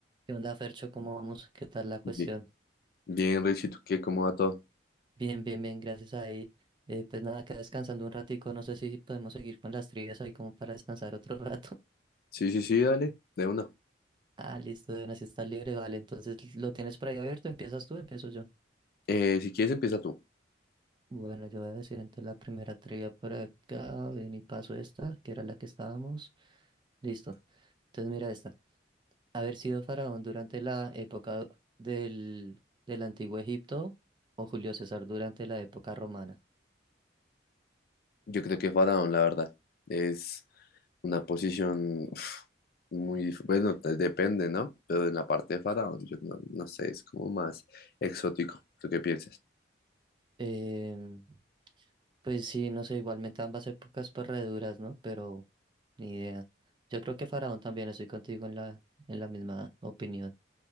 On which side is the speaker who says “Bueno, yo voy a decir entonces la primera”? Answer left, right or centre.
Right